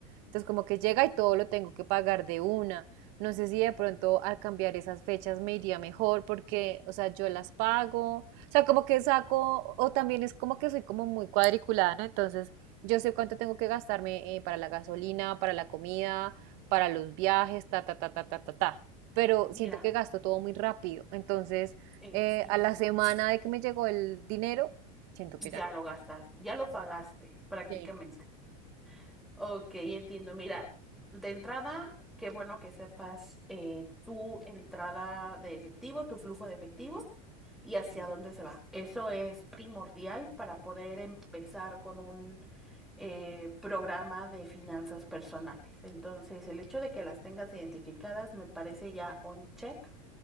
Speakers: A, on the right (about 45°); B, in the centre.
A: Entonces como que llega y todo lo tengo que pagar de una. No sé si de pronto al cambiar esas fechas me iría mejor porque, o sea, yo las pago. O sea, como que saco, o también es como que soy como muy cuadriculada, ¿no? Entonces yo sé cuánto tengo que gastarme eh, para la gasolina, para la comida, para los viajes, ta, ta, ta, ta, ta, ta, ta. Pero
B: Mira,
A: siento que gasto todo muy rápido. Entonces,
B: entiendo.
A: eh, a la semana de que me llegó el dinero, siento
B: Ya
A: que ya.
B: lo gastaste, ya lo
A: no.
B: pagaste
A: Ajá,
B: prácticamente.
A: sí,
B: Ok, entiendo. Mira, de entrada, qué bueno que sepas eh, tu entrada de efectivo, tu flujo de efectivo y hacia
A: sí.
B: dónde se va. Eso es primordial para poder empezar con un eh, programa de finanzas personales. Entonces, el hecho de que las tengas identificadas me parece ya un check